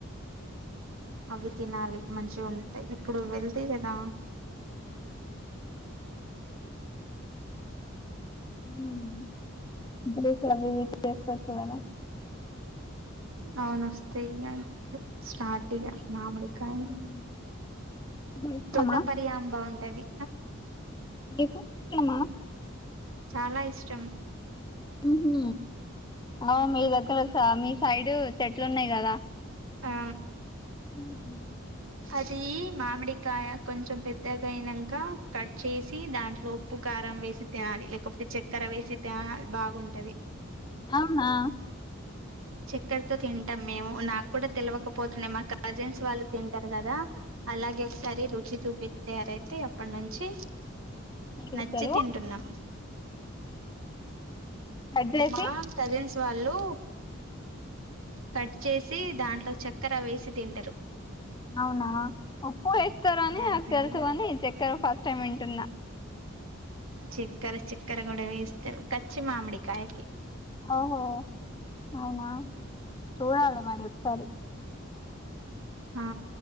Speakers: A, on the right (about 80°); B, on the left (about 20°).
A: అవి తినాలి మంచిగుంటయ్ ఇప్పుడు వెళ్తే గదా
B: హ్మ్మ్ ఇప్పుడు కర్రీ వి చేసుకోవచ్చు కదా
A: అవును వస్తే ఇగ ఇపుడు స్టార్ట్ ఇగ మామీడీ కానీ
B: హ్మ్. ఇప్పుడు ఇస్తామా
A: తోట పరిహం బావుంటది
B: నీకు ఇష్టమేనా
A: చాలా ఇష్టం
B: ఉహు అవున్ మీ దగ్గర సామీ సైడ్ చెట్లున్నాయి గదా.
A: ఆ
B: ఉహు
A: అది మామిడికాయ కొంచెం పెద్దగయినంక కట్ చేసి దాంట్లో ఉప్పు కారం వేసి తినాలి లేకపోతే చెక్కెర వేసి తినాలి బాగుంటది.
B: ఔనా
A: చక్కర్తో తింట్టం మేము నాకు కూడా తెలివకపోతుండే మా కాజన్స్ వాళ్ళు తింటారు కదా అలాగే ఒకసారీ రుచి చూపి తయారైతే అప్పట్ నుంచి
B: ఏం చేస్తారు
A: నచ్చి తింటున్నం
B: కట్ చేసి
A: మా కజిన్స్ వాళ్ళు కట్ చేసి దాంట్లో చక్కర వేసి తింటరు.
B: అవునా పప్పు ఏస్తరు అని
A: దానిపైన
B: నాకు తెలుసు గాని ఈ చెక్కర ఫస్ట్ టైమ్ వింటున్న.
A: చిక్కెర చిక్కెర గుడ వేస్తరు పచ్చి మామిడికాయకి.
B: ఓహో అవునా చూడాలి మరి ఒక్సారి
A: ఆ